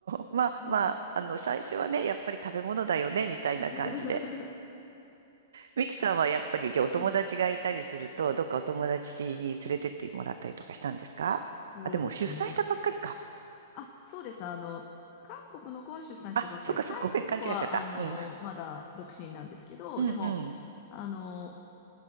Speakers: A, on the right; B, on the left.
A: う、まあまあ、
B: うん
A: あの、最初はね、やっぱり食べ物だよね、みたいな感じで。
B: <laughs>
A: ミキさんはやっぱり、じゃあお友達がいたりすると、
B: はい、
A: どっかお友達に連れてってもらったりとかしたんですかあ、
B: そうですね。
A: でも出産したばっかりか。
B: あ、そうです。あの、韓国の子は出産したばっかり、
A: あ、そっかそっか、
B: 台湾の子は、
A: ごめん、勘違いしちゃった。
B: あの、
A: うん。
B: まだ独身なんですけど、
A: うんうん。
B: でも、あの、